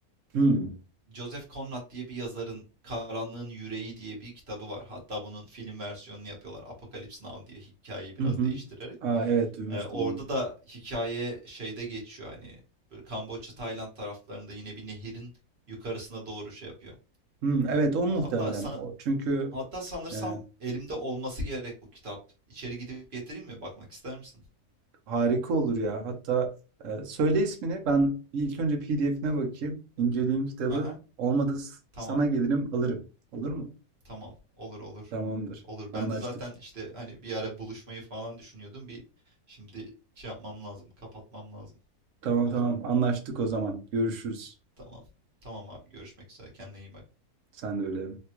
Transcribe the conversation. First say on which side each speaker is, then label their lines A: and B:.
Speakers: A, on the right; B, on the right.
A: Hmm.
B: Joseph Conrad diye bir yazarın Karanlığın Yüreği diye bir kitabı var. Hatta bunun film versiyonunu yapıyorlar. Apocalypse Now diye hikayeyi biraz
A: Hı hı.
B: değiştirerek.
A: Aa, evet duymuştum
B: Ee, orada
A: onu.
B: da hikaye şeyde geçiyor hani böyle Kamboçya, Tayland taraflarında yine bir nehirin yukarısına doğru şey yapıyor.
A: Hmm, evet o muhtemelen
B: Hatta san-
A: o. Çünkü
B: hatta sanırsam
A: e,
B: elimde olması gerek bu kitap. İçeri gidip getireyim mi? Bakmak ister misin?
A: Harika olur ya. Hatta e, söyle ismini. Ben bir ilk önce PDF'ine bakayım. İnceleyeyim kitabı.
B: Aha,
A: Olmadı s-
B: tamam.
A: sana gelirim alırım. Olur mu?
B: Tamam. Olur olur.
A: Tamamdır.
B: Olur.
A: Anlaştık.
B: Ben de zaten işte hani bir ara buluşmayı falan düşünüyordum. Bir şimdi şey yapmam lazım. Kapatmam lazım.
A: Tamam
B: Olur
A: tamam.
B: mu?
A: Anlaştık o zaman. Görüşürüz.
B: Tamam. Tamam abi. Görüşmek üzere. Kendine iyi bak.
A: Sen de öyle.